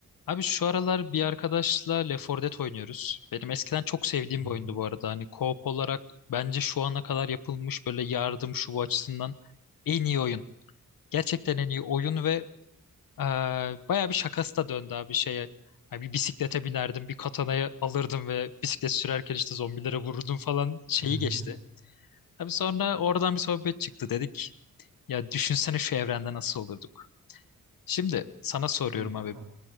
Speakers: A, on the left; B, on the right.
A: Abi şu aralar bir arkadaşla Left 4 Dead oynuyoruz. Benim eskiden çok sevdiğim
B: Hmm.
A: bir oyundu bu arada. Hani co-op olarak bence şu ana kadar yapılmış böyle yardım şu bu açısından en iyi oyun. Gerçekten en iyi oyun ve e, bayağı bir şakası da döndü abi şeye. Hani bir bisiklete binerdim, bir katanayı alırdım ve bisiklet sürerken işte zombilere vururdum falan şeyi
B: <laughs>
A: geçti. Abi sonra oradan bir sohbet çıktı dedik. Ya düşünsene şu evrende nasıl olurduk. Şimdi sana soruyorum
B: Ney?
A: abi.
B: Ha.